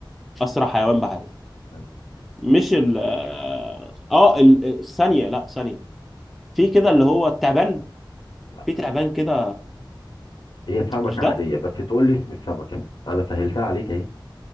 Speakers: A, in the centre; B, on the left (about 65°).
A: أسرع حيوان بحري
B: ايوه
A: مش ال آه آه، ال- الثانية لا ثانية في كده اللي هو التعبان
B: لا
A: في تعبان كده
B: هي سمكه
A: مش ده
B: عاديه بس تقول لي اسم السمكه انا سهلتها عليك اهي